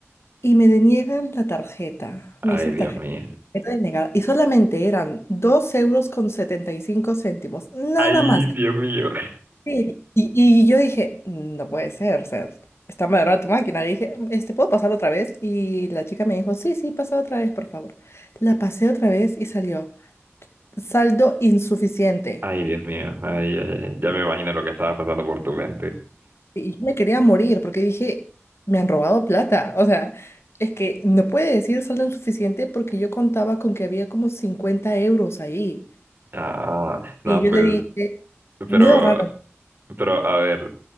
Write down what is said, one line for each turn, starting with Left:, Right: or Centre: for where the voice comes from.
Left: Y me deniegan la tarjeta.
Right: Ay,
Left: Me dicen
Right: Dios
Left: tarjeta
Right: mío.
Left: denegada. Y solamente eran 2 euros con 75 céntimos. Nada
Right: Ay,
Left: más.
Right: Dios mío.
Left: Sí. Y, y yo dije, no puede ser. O sea, está mal armada tu máquina. Le dije, este, ¿puedo pasar otra vez? Y la chica me dijo, sí, sí, pasa otra vez, por favor. La pasé otra vez y salió. Saldo insuficiente.
Right: Ay, Dios mío. Ay, ay, ay. Ya me imagino lo que estaba pasando por tu mente.
Left: Y yo me quería morir porque dije, me han robado plata. O sea, es que no puede decir saldo insuficiente porque yo contaba con que había como 50 euros ahí.
Right: Ah, no,
Left: Y yo
Right: pues,
Left: le dije, medio
Right: pero...
Left: raro.
Right: Pero a ver,